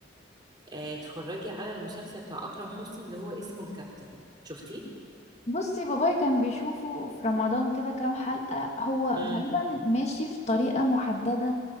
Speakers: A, on the right; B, on the left.
A: آه، اتفرجي على المسلسل بتاع اكرم حسني اللي هو اسمه الكابتن شفتيه
B: بصي بابايا كان بيشوفه في رمضان كده كام حلقة هو غالبا
A: امم
B: ماشي في طريقة محددة